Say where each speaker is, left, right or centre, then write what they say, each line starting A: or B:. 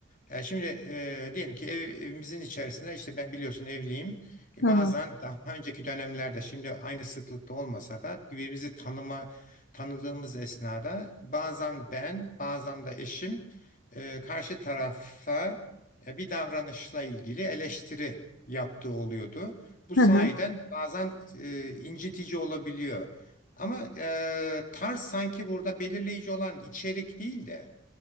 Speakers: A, on the left (about 40°); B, on the left (about 60°).
A: E, şimdi e, diyelim ki ev- evimizin içerisinde işte ben biliyorsun evliyim. E,
B: Hı
A: bazen
B: hı.
A: daha önceki dönemlerde şimdi aynı sıklıkta olmasa da birbirimizi tanıma tanıdığımız esnada bazen ben bazen de eşim e, karşı tarafa e, bir davranışla ilgili eleştiri yaptığı oluyordu. Bu
B: Hı
A: sayeden
B: hı.
A: bazen e, incitici olabiliyor. Ama e, tarz sanki burada belirleyici olan içerik değil de